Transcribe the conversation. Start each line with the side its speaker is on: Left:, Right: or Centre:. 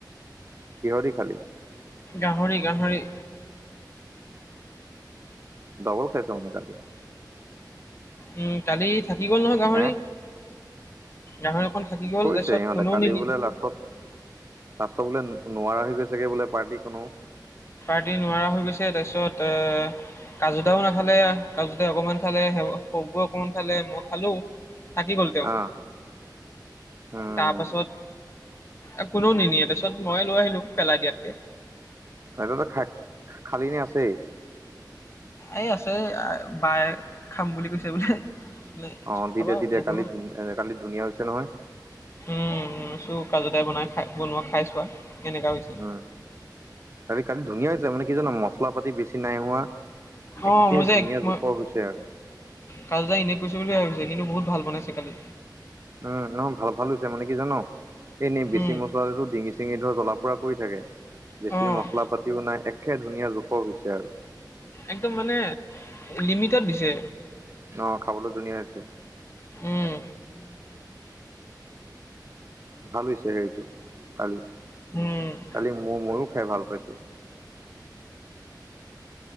Right: কিহৰদি খালি।
Left: গাহৰি, গাহৰি।
Right: দবল খাইছ মানে কালি।
Left: উম, কালি থাকি গ'ল নহয় গাহৰি।
Right: হে
Left: গাহৰি অকন থাকি গ'ল
Right: কৰিছে
Left: তাৰপিছত
Right: ইহঁতে
Left: কোনেও
Right: কালি
Left: নিনিয়ে।
Right: বোলে লাষ্টত লাষ্টত বোলে নোৱাৰা হৈ গৈ চাগে বোলে পাৰ্টি কোনো
Left: পাৰ্টি নোৱাৰা হৈ গৈছে তাৰপিছত এ কাজু দাও নাখালে, কাজু দাই অকণমান খালে, সৰুবাপুৱে অকণমান খালে, মই খালোঁ। থাকি গ'ল তেওঁ,
Right: অ উম
Left: তাৰপাছত এ কোনো নিনিয়ে। তাৰপিছত, মইয়ে লৈ আহিলো, পেলাই দিয়াতকে
Right: হোটেলত খ খালি নে আছেই।
Left: এই আছে পাই খাম বুলি কৈছে বোলে? নে
Right: অ'
Left: খাবা
Right: দি দে
Left: আৰু
Right: দি
Left: মই
Right: দে কালি
Left: বোলো,
Right: ধুন কালি ধুনীয়া হৈছে নহয়।
Left: উম, চু কাজুদাই বনাই খাই বনোৱা খাই চোৱা কেনেকা হৈছে।
Right: উম, কালি কালি ধুনীয়া হৈছে মানে কি জান মছলা পাতি বেছি নাই হোৱা।
Left: অ'
Right: একে
Left: মোৰ যে
Right: ধুনীয়া
Left: এক- মই
Right: জোখৰ হৈছে আৰু।
Left: কাজুদাই এনেই কৈছো বুলি ভাবিছে। কিন্তু, বহুত ভাল বনাইছে কালি।
Right: উম, নহয় ভাল ভাল হৈছে মানে, কি জানৰ এনেই বেছি
Left: উম।
Right: মছলাদিলেও ডিঙি ডিঙি ধৰ জ্বলা পুৰা কৰি থাকে। বেছি
Left: অ'।
Right: মছলা পাতিও নাই একে ধুনীয়া জোখৰ হৈছে আৰু।
Left: একদম মানে লিমিটত দিছে।
Right: অ' খাবলৈ ধুনীয়া হৈছে।
Left: উম।
Right: ভাল হৈছে। সেইটো, কালি।
Left: উম।
Right: কালি মোৰ ময়ো খাই ভাল পাইছো।